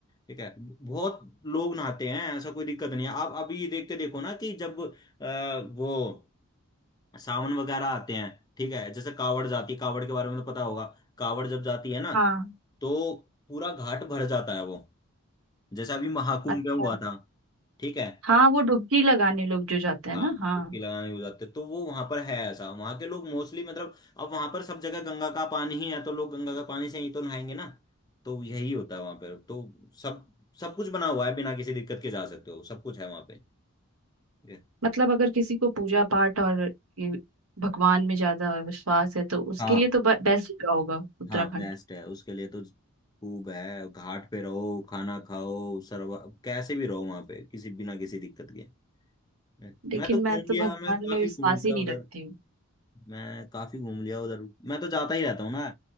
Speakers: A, on the left; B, on the right.
A: ठीक है बहुत लोग नहाते हैं ऐसा कोई दिक्कत नहीं है आप अभी देख के देखो ना कि जब अ, वो सावन वगैरह आते हैं ठीक है जैसे कावड़ जाती है कावड़ के बारे में तो पता होगा कावड़ जब जाती है ना
B: हाँ
A: तो पूरा घाट भर जाता है वो जैसे अभी महाकुंभ
B: अच्छा
A: में हुआ था ठीक है
B: हाँ वो डुबकी लगाने लोग जो जाते हैं
A: हाँ
B: ना हाँ
A: डुबकी लगाने हो जाते तो वो वहां पर है ऐसा वहां के लोग मोस्टली मतलब अब वहां पर सब जगह गंगा का पानी ही है तो लोग गंगा का पानी से ही तो नहाएंगे ना तो यही होता है वहां पर तो सब सब कुछ बना हुआ है बिना किसी दिक्कत के जा सकते हो सब कुछ है वहां पे ये।
B: मतलब अगर किसी को पूजा पाठ और ये भगवान में ज्यादा विश्वास है तो उसके
A: हाँ
B: लिए तो बेस्ट होगा उत्तराखंड
A: हाँ बेस्ट है उसके लिए तो खूब है घाट पे रहो खाना खाओ सर्व कैसे भी रहो वहां पे किसी बिना किसी दिक्कत के मैं
B: लेकिन
A: मैं तो घूम
B: मैं तो
A: लिया
B: भगवान
A: मैं काफी
B: में विश्वास
A: घूम लिया
B: ही नहीं
A: उधर
B: रखती हूँ
A: मैं काफी घूम लिया उधर मैं तो जाता ही रहता हूँ ना